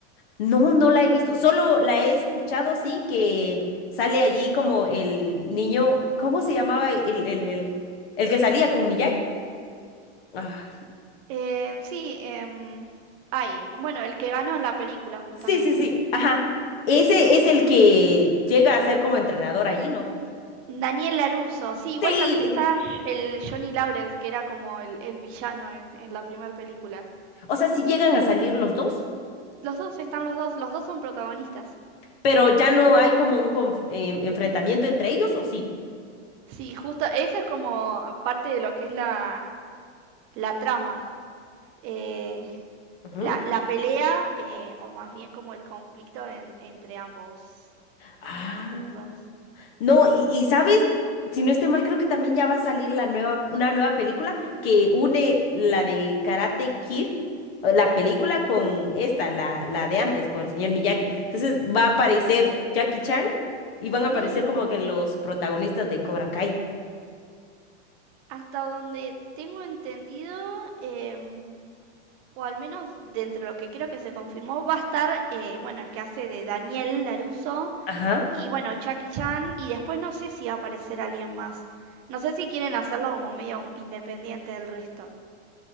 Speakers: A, on the left; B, on the right.
A: No, no la he visto. Solo la he escuchado, sí, que sale allí como el niño, ¿cómo se llamaba? El, el, el, el que salía con Miyagi. Ah,
B: Eh, sí, em, ay, bueno, el que ganó en la película justamente,
A: sí, sí, sí. Ajá. Ese
B: ese mismo.
A: es el que llega a ser como entrenador allí, ¿no?
B: Daniel Larusso, sí, igual
A: Sí.
B: también está
A: <laughs>
B: Sh- el Johnny Lawrence, que era como el, el villano en, en la primera película.
A: O sea, sí llegan a salir los dos,
B: Los dos están los dos, los dos son protagonistas.
A: pero ya no hay como un conf- em- enfrentamiento entre ellos, ¿o sí?
B: Sí, justo, eso es como parte de lo que es la, la trama. Eh,
A: Ujú.
B: la, la pelea, eh, o más bien como el conflicto en- entre ambos,
A: Ah.
B: entre los dos.
A: No, y, y sabes, si no estoy mal, creo que también ya va a salir la nueva, una nueva película que une la de Karate Kid, eh, la película con esta, la, la de antes, con el señor Miyagi. Entonces va a aparecer Jackie Chan y van
B: Sí,
A: a aparecer como que los protagonistas de Cobra Kai.
B: hasta donde tengo entendido, em, o al menos dentro de lo que creo que se confirmó, va a estar, eh, bueno, el que hace de Daniel Larusso
A: Ajá.
B: y bueno, Jackie Chan, y después no sé si va a aparecer alguien más. No sé si quieren hacerlo como medio independiente del resto.